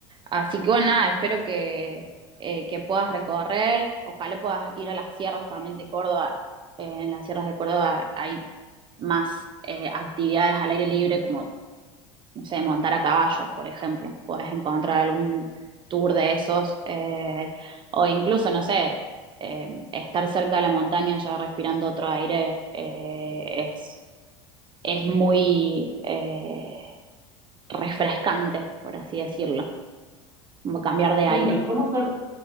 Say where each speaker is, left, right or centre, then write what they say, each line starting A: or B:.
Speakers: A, on the right; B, on the right.
A: Así que bueno, nada, espero que, eh, que puedas recorrer, ojalá puedas ir a las sierras también de Córdoba. Eh, en las sierras de Córdoba hay más eh, actividades al aire libre, como, no sé, montar a caballo, por ejemplo. Puedes encontrar algún tour de esos, eh, o incluso, no sé, eh, estar cerca de la montaña ya respirando otro aire eh, es, es muy eh, refrescante, por así decirlo como cambiar de
B: Lindo,
A: aire.
B: ¿y cómo son,